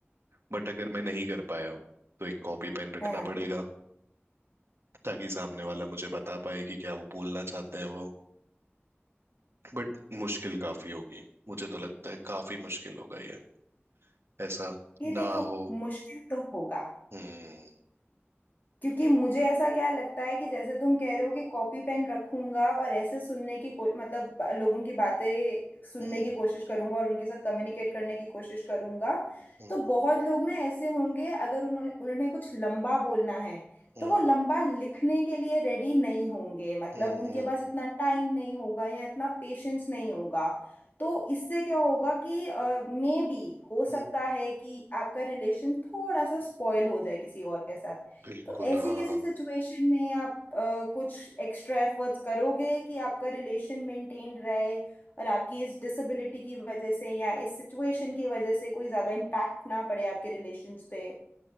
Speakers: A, on the right; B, on the left.
A: बट अगर मैं नहीं कर पाया तो एक कॉपी पेन रखना
B: हाँ
A: पड़ेगा ताकि सामने वाला मुझे बता पाए कि क्या वो बोलना चाहते हैं वो बट मुश्किल काफी होगी मुझे तो लगता है काफी मुश्किल होगा ये ऐसा
B: ये देखो
A: ना हो
B: मुश्किल तो होगा
A: हम्म
B: क्योंकि मुझे ऐसा क्या लगता है कि जैसे तुम कह रहे हो कि कॉपी पेन रखूंगा और ऐसे सुनने की को, मतलब ब- लोगों की बातें सुनने
A: हम्म
B: की कोशिश करूंगा और उनके साथ कम्युनिकेट करने की कोशिश करूंगा
A: हम्म
B: तो बहुत लोग ना ऐसे होंगे अगर उन्होंने उन्हें कुछ लंबा बोलना है
A: हम्म
B: तो वो लंबा लिखने के लिए रेडी नहीं होंगे मतलब
A: हम्म
B: उनके
A: हम्म,
B: पास इतना टाइम नहीं होगा या इतना पेशेंस नहीं होगा तो इससे क्या होगा कि मे बी हो सकता
A: हम्म,
B: है कि आपका रिलेशन थोड़ा सा स्पॉइल हो जाए किसी और के साथ
A: बिल्कुल
B: तो ऐसी
A: हाँ
B: किसी सिचुएशन में आप अ, कुछ एक्स्ट्रा एफर्ट्स करोगे कि आपका रिलेशन मेंटेन रहे और आपकी इस डिसेबिलिटी की वजह से या इस सिचुएशन की वजह से कोई ज्यादा इम्पैक्ट ना पड़े आपके रिलेशंस पे